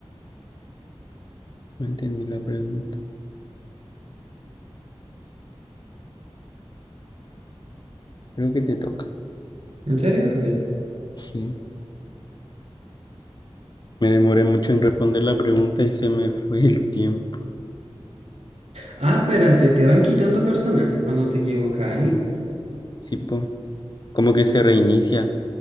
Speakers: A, on the left; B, on the right.
A: no entendí la pregunta. Creo que te toca.
B: ¿En serio? A ver.
A: Sí. Me demoré mucho en responder la pregunta y se me fue el tiempo.
B: Ah, espérate, te van quitando personajes cuando te equivocas, ¿eh?
A: Sí, po. Como que se reinicia.